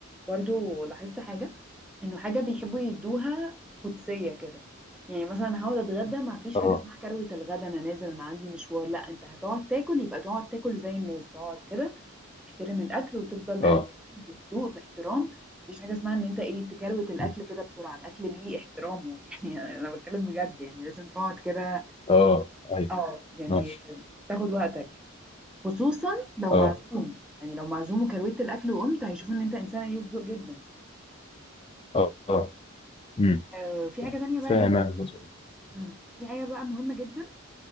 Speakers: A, in the centre; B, on the left.
A: برضو لاحظت حاجة إنه حاجة بيحبوا يدوها قدسية كده يعني مثلا هقعد أتغدى ما فيش
B: اه
A: حاجة اسمها كروة الغدا أنا نازل أنا عندي مشوار لا أنت هتقعد تاكل يبقى تقعد تاكل زي الناس تقعد كده تحترم الأكل وتفضل
B: اه
A: قاعد بهدوء باحترام مفيش حاجة اسمها إن أنت إيه تكروت الأكل
B: مم.
A: كده بسرعة الأكل ليه احترامه <laughs> يعني أنا بتكلم بجد يعني لازم تقعد كده
B: اه أيوه
A: اه يعني
B: اه
A: تاخد وقتك خصوصا لو
B: اه
A: معزوم يعني لو معزوم وكروت الاكل وقمت هيشوفوا ان انت انسانه هي الذوق جدا
B: اه اه امم
A: آه في حاجه تانية بقى
B: فاهم
A: جدا
B: أنا النقطة دي
A: مم. في حاجه بقى مهمه جدا